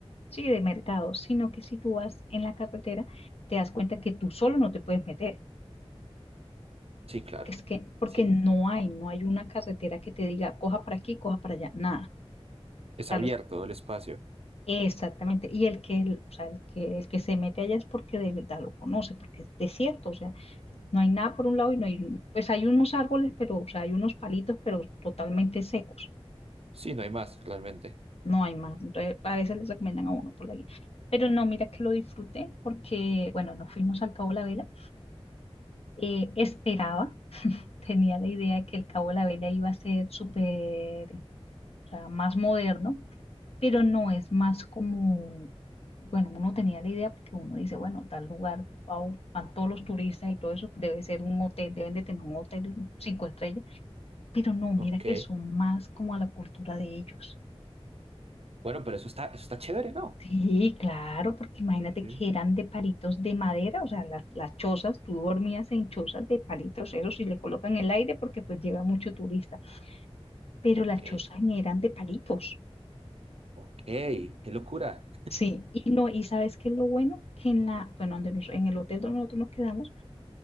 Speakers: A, on the left; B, on the right.
A: sí, de mercado, sino que si tú vas en la carretera, te das cuenta que tú solo no te puedes meter.
B: Sí, claro.
A: Es que, porque
B: Sí,
A: no hay, no hay una carretera que te diga, coja para aquí, coja para allá, nada.
B: es
A: O sea,
B: abierto
A: los,
B: el espacio.
A: exactamente. Y el que, el- o sea, el que, el que se mete allá es porque de verdad lo conoce, porque es desierto, o sea.
B: Mm.
A: No hay nada por un lado y no hay, pues hay unos árboles, pero, o sea, hay unos palitos, pero totalmente secos.
B: Sí, no hay más, realmente.
A: No hay más. Entonces, a veces les recomiendan a uno por la guía. Pero no, mira que lo disfruté porque, bueno, nos fuimos al Cabo de la Vela. Eh, esperaba, tenía la idea de que el Cabo de la Vela iba a ser súper, o sea, más moderno, pero no es más como, bueno, uno tenía la idea porque uno dice, bueno, tal lugar, va- van todos los turistas y todo eso, debe ser un hotel, deben de tener un hotel cinco estrellas Pero no, mira
B: Ok.
A: que son más como a la cultura de ellos.
B: Bueno, pero eso está, eso está chévere, ¿no?
A: Sí, claro, porque imagínate
B: Sí.
A: que eran de palitos de madera, o sea, las, las chozas, tú dormías en chozas de palitos, eso sí le colocan el aire porque pues llega mucho turista, pero las
B: Ok.
A: chozas eran de palitos.
B: Ok, qué locura.
A: Sí, y no, y sabes qué es lo bueno, que en la, bueno, donde nos- en el hotel donde nosotros nos quedamos,